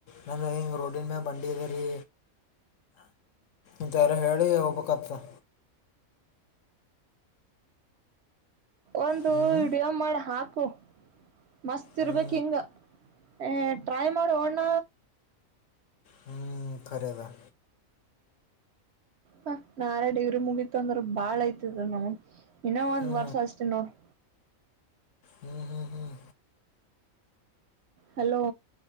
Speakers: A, on the left; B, on the right.
A: ನಂದು ಹಿಂಗೆ ರೋಡಿನ ಮೇಲೆ ಬಂಡಿ ಇದೆ ರೀ. ಇಥಲ್ಲ ಹೇಳಿ ಹೋಗ್ಬೇಕತ್ತ
B: ಒಂದು
A: ಹ್ಞೂ
B: ವಿಡಿಯೋ ಮಾಡಿ ಹಾಕು ಮಸ್ತ್
A: ಹ್ಞೂ
B: ಇರ್ಬೇಕು ಹಿಂಗ. ಹ ಟ್ರೈ ಮಾಡು ಅಣ್ಣ.
A: ಹ್ಮ ಕರೆ ದ
B: ಹ ನಾರ ಡೇವ್ರಿ ಮುಗತ್ ಅಂದ್ರ ಬಾಳ ಐತದ್ ನಾವ ಇನ್ನೊ ಒಂದ್
A: ಹ್ಞೂ
B: ವರ್ಷ ಅಷ್ಟೇ ನೋಡ್ರಿ
A: ಹ್ಮ್ ಹ್ಮ್ ಹ್ಮ್
B: ಹಲೋ